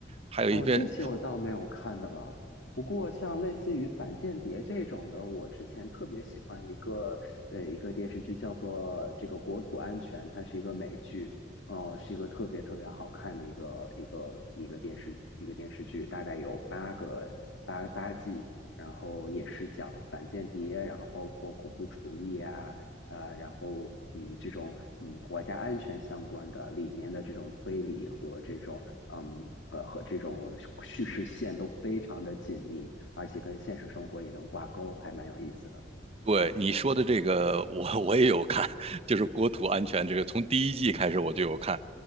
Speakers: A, on the right; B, on the left.
A: 还有一边
B: 哦，这些我倒没有看的了。不过，像类似于反间谍这种的，我之前特别喜欢一个呃一个电视剧，叫做这个《国土安全》，它是一个美剧，呃，是一个特别特别好看的一个一个一个电视一个电视剧，大概有八个八八季，然后也是讲反间谍，然后包括恐怖主义啊，呃，然后嗯，这种嗯国家安全相关的里面的这种推理和这种嗯呃和这种叙事线都非常的紧密，而且跟现实生活也能挂钩，还蛮有意思的。
A: 对你说的这个我我也有看，就是国土安全这个，从第一季开始我就有看。